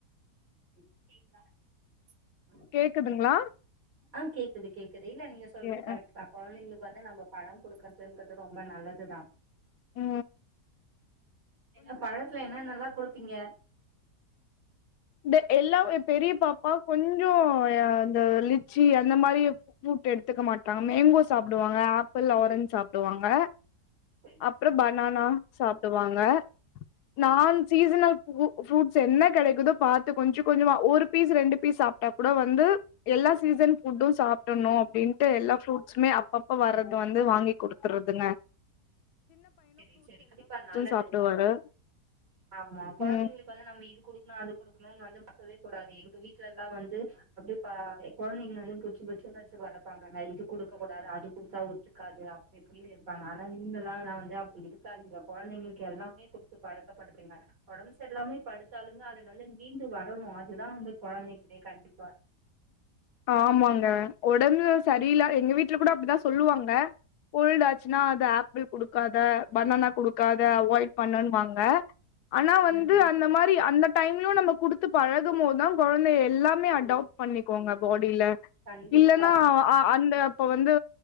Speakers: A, on the right; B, on the left.
A: <inaudible>
B: கேக்குதுங்களா
A: ஆ கேக்குது கேக் குதெல்ல நீ சொல்றது
B: எ
A: கரெக்ட்
B: அ
A: தா கொழந்தைங்களுக்கு வந்து நம்ம பழம் கொடுக்கறதுன்றது ரொம்ப நல்லதுதா
B: உ
A: என்ன பழத்துல என்னன்னலா குடுப்பீங்க
B: இந்த எல்லா எ பெரிய பாப்பா கொஞ்சோ இந்த லிச்சி அந்த மாரி ஃப்ரூட் எடுத்துக்க மாட்டாங்க மேங்கோ சாப்பிடுவாங்க ஆப்பிள் ஆரஞ்ச் சாப்பிடுவாங்க
A: சரி
B: அப்புறோ
A: சரி
B: பனானா சாப்பிடுவாங்க
A: சரி
B: நான் சீசனல் ஃப்ரூட்ஸ் என்ன கெடைக்குதோ பாத்து கொஞ்ச கொஞ்சமா ஒரு பீஸ் ரெண்டு பீஸ் சாப்ட்டா கூட வந்து எல்லா சீசன் ஃபுட்டு சாப்பிடணு அப்டின்ட்டு எல்லா ஃப்ரூட்ஸுமே அப்பப்ப வர்றது வந்து வாங்கி குடுத்துர்ரதுங்க
A: செரி செரி கண்டிப்பா நல்லது
B: சாப்டுவாரு
A: ஆமா குழந்தைங்களுக்கு
B: ம்
A: வந்து நம்ம இது குடுக்கனு அது குடுக் க்கனுனு வந்து பாக்கவே கூடாது எங்க வீட்டுலலா வந்து அப்டே பாய் குழந்தைங்கள வந்து புச்சு புச்சுனு வச்சு த் வளப்பாங்கங்க இது குடுக்க கூடாது அது குடுத்தா ஒத்துக்காது அப்டி இப்டினு இருப்பாங்க ஆனா நீங்களா நா வந்து இருக்காதீங்க குழந்தைங்களுக்கு எல்லாமே குடுத்து பழக்கப்படுத்துங்க ஒடம்பு சரி இல்லாமேயு படுத்தாலுமே அதுல இருந்து மீன்டு வரணு அதுதா வந்து குழந்தைங்களே கண்டிப்பா
B: ஆமாங்க ஒடம்பு சரியல எங்க வீட்டுல கூட அப்டிதா சொல்லுவாங்க கோல்டாச் னா அது ஆப்பிள் குடுக்காத பணானா குடுக்காத அவாய்ட் பண்ணுன்வாங்க ஆனா வந்து
A: ம்
B: அந்த மாரி அந்த டைம்லு நம்ம கொடுத்து பழகம்போதுதா குழந்தை எல்லாமே அடாப்ட் பண்ணிக்கோங்க அப்டில
A: கண்டிப்பா
B: இல்லன்னா அ அந்த அப்ப வந்து